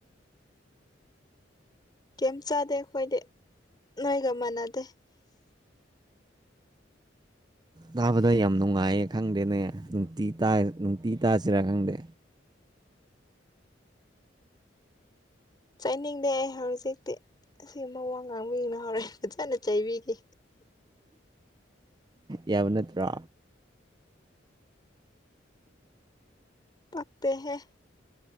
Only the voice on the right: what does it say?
ꯇꯥꯕꯗ ꯌꯥꯝ ꯅꯨꯡꯉꯥꯏꯌꯦ ꯈꯪꯗꯦꯅꯦ ꯅꯨꯡꯇꯤ ꯇꯥꯢ ꯅꯨꯡꯇꯤꯒꯤ ꯇꯥꯁꯤꯔꯥ ꯈꯪꯗꯦ
ꯌꯥꯕ ꯅꯠꯇ꯭ꯔꯣ